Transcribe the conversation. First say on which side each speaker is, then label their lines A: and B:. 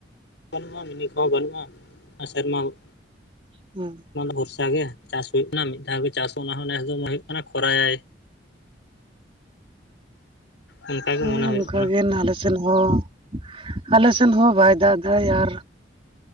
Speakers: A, on the left; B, on the right.
A: ᱵᱟᱹᱱᱩᱜ-ᱟ ᱢᱤᱱᱤ ᱠᱚᱦᱚᱸ ᱵᱟᱹᱱᱩᱜ-ᱟ ᱟᱨ ᱥᱮᱨᱢᱟ ᱦᱚᱸ
B: ᱦᱩᱸ᱾
A: ᱵᱷᱚᱨᱥᱟ ᱜᱮ ᱪᱟᱥ ᱦᱩᱭᱩᱜ ᱠᱟᱱᱟ ᱢᱤᱫ ᱫᱷᱟᱣ ᱜᱮ ᱪᱟᱥ ᱚᱱᱟ ᱦᱚᱸ ᱱᱮᱥ᱾ ᱢᱚᱱᱮ ᱦᱩᱭᱩᱜ ᱠᱟᱱᱟ ᱠᱷᱚᱨᱟᱭᱟᱭ᱾ ᱚᱱᱠᱟ ᱜᱮ
B: ᱦᱳᱭ
A: ᱢᱚᱱᱮ ᱦᱩᱭᱩᱜ
B: ᱱᱠᱟᱜᱮ
A: ᱠᱟᱱᱟ
B: ᱱᱟ ᱟᱞᱮ ᱥᱮᱱ ᱦᱚᱸ ᱟᱞᱮ ᱥᱮᱱ ᱦᱚᱸ ᱵᱟᱭ ᱫᱟᱜ ᱫᱟᱭ, ᱟᱨ